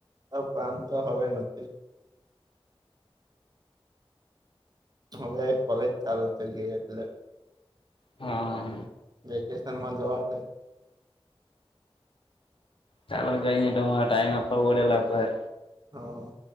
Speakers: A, on the right; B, on the left.
A: પ્રાણ તો હવે નથી. હવે કોલેજ ચાલુ થઈ ગઈ એટલે.
B: હા.
A: વેકેશન માં જોવાશે.
B: ચાલો કઈ નઈ તો ટાઈમ આપ ઓડેલાભર.
A: હા.